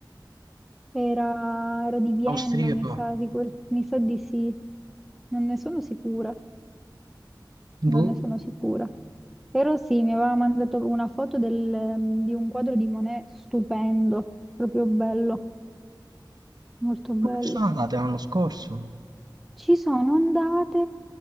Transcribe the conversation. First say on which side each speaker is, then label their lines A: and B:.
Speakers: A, in the centre; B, on the right (about 55°).
A: era- era di Vienna,
B: austriaco.
A: mi sa di, quel- mi sa di sì, non ne sono sicura,
B: Boh,
A: non ne sono sicura. Però sì, mi aveva mandato una foto del- di un quadro di Monet stupendo, proprio bello, molto bello.
B: non ci sono andate l'anno scorso.
A: Ci sono andate